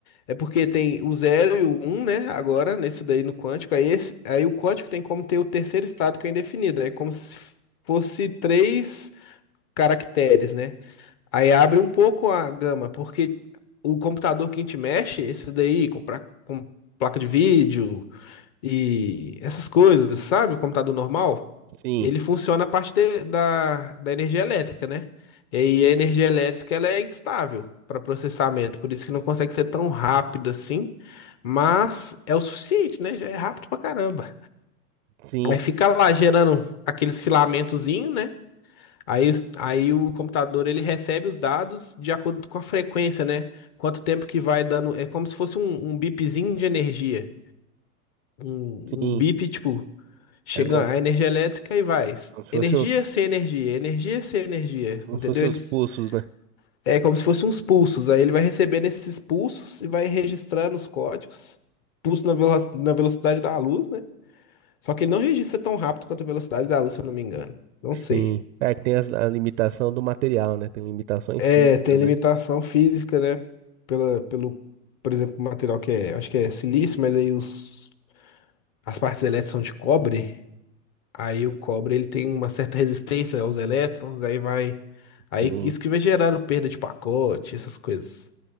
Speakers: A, on the left; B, on the right.
A: É porque tem o zero e o um, né? Agora, nesse daí no quântico, aí, esse, aí o quântico tem como ter o terceiro estado que é indefinido. É como se fosse três caracteres, né? Aí abre um pouco a gama, porque o computador que a gente mexe, esse daí, com, pra- com placa de vídeo, e essas coisas, sabe? O computador normal,
B: Sim,
A: ele funciona a partir de- da, da energia elétrica, né? E aí a energia elétrica ela é instável para processamento, por isso que não consegue ser tão rápido assim, mas é o suficiente, né? Já é rápido pra caramba.
B: sim,
A: Aí fica lá gerando aqueles filamentozinho, né? Aí, os- aí o computador ele recebe os dados de acordo com a frequência, né? Quanto tempo que vai dando. É como se fosse um, um bipzinho de energia. Um,
B: sim.
A: um bip, tipo, Chega
B: É um,
A: a energia elétrica e vai.
B: como se
A: Energia
B: fossem os,
A: sem energia, energia sem energia,
B: como
A: entendeu?
B: se fossem
A: Eles,
B: os pulsos, né?
A: é como se fossem uns pulsos. Aí ele vai recebendo esses pulsos e vai registrando os códigos. Pulso na, velo- na velocidade da luz, né? Só que ele não registra tão rápido quanto a velocidade da luz, se eu não me engano. Não
B: Sim.
A: sei.
B: É que tem as- a, limitação do material, né? Tem limitações
A: É,
B: físicas,
A: tem limitação
B: né?
A: física, né? Pela, pelo, por exemplo, o material que é, acho que é silício, mas aí os, as partes elétricas são de cobre. Aí o cobre ele tem uma certa resistência aos elétrons, aí vai. Aí
B: Sim.
A: isso que vai gerando perda de pacote, essas coisas.